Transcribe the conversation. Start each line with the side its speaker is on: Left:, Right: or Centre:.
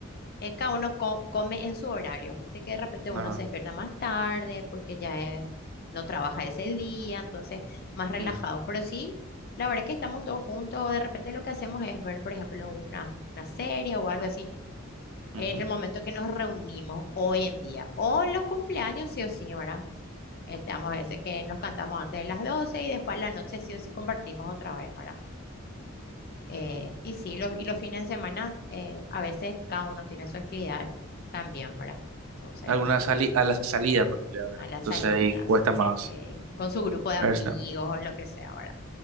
Left: eh, cada uno co- come en su horario. Viste que de repente uno
Right: ajá,
Left: se despierta más tarde porque ya eh, no trabaja ese día, entonces más relajado.
Right: mm,
Left: Pero sí, la verdad que estamos todos juntos. De repente lo que hacemos es ver, por ejemplo, una, una serie o algo así Es
Right: ujú,
Left: el momento que nos reunimos hoy en día. O los cumpleaños, sí o sí, ¿verdad? Estamos ese que nos cantamos antes de las 12 y después en la noche sí o sí compartimos otra vez, ¿verdad? Eh, y sí, los, y los fines de semana, eh, a veces cada uno tiene su actividad también, ¿verdad? Entonces,
Right: Alguna sali a la salida, ponerle, ¿verdad?
Left: a las
Right: Entonces
Left: salidas,
Right: ahí cuesta más
Left: eh, con su grupo de amigos
Right: verse.
Left: o lo que sea, ¿verdad?